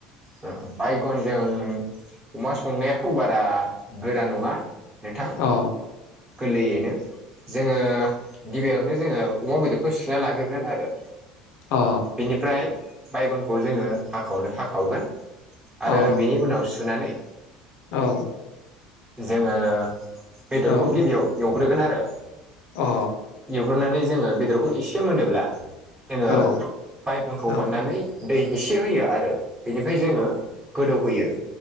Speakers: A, on the right; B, on the left.
A: ओ बायगनजों अमा संनायाथ' बारा गोरा नङा नोंथां।
B: औ।
A: गोरलैयैनो। जोङो गिबियावनो जोङो अमा बेदरखौ सुना लाग्रोगोन आरो।
B: अ।
A: बिनिफ्राय बायगनखौ जोङो हाखाववनो हाखावगोन
B: अ
A: आरो बिनि उनाव सुनानै
B: औ।
A: जोङो बेदरखौ
B: औ
A: गिबियाव एवग्रोगोन आरो।
B: अ।
A: एवग्रोननानै जोङो बेदरखौ एसे मोनोब्ला जोङो
B: औ
A: बायगनखौ हरनानै
B: अ
A: दै एसे होयो आरो बेनिफ्राय जोङो गोदौहोयो